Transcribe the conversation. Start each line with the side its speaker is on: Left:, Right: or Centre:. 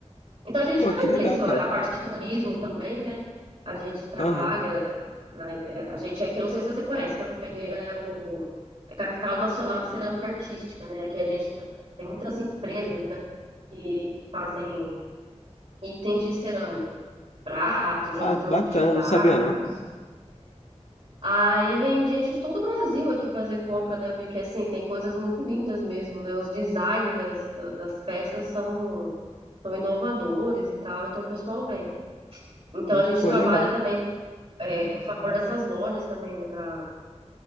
Right: Então a gente
Left: Pô,
Right: faz
Left: que legal,
Right: isso, a
Left: cara.
Right: parte de turismo também, né? A gente trabalha,
Left: Aham.
Right: na- é, a gente é aqui, eu não sei se você conhece, Porto Ferreira é o é a capital nacional da cerâmica artística, né? Aqui a gente tra- tem muitas empresas, né? Que, que fazem itens de cerâmica, prato, jogo,
Left: Ah,
Right: jogo
Left: bacana,
Right: de jantar.
Left: não sabia não.
Right: Aí vem gente de todo o Brasil aqui fazer compra, né? Porque assim, tem coisas muito lindas mesmo, né? Os designs das, das peças são, são inovadores e tal, então o pessoal vem. Então
Left: Hum,
Right: a gente
Left: Pô,
Right: trabalha
Left: legal.
Right: também é, em favor dessas lojas também, né, para